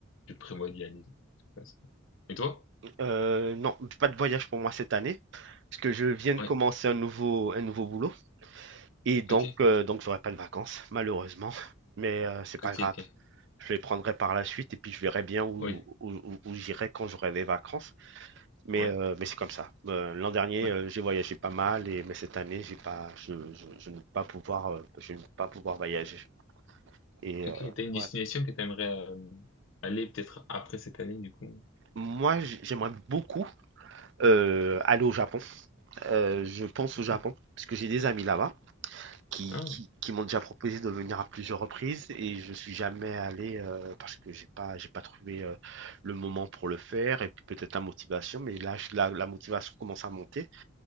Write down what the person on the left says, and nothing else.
je prévois d'y aller. de toute façon. Et toi?
Oui.
Ok.
Ok,
ok.
Oui.
Ouais.
Ouais.
Ok.
T'as une destination
que t'aimerais euh, aller peut-être après cette année, du coup.
Ok.
Ah.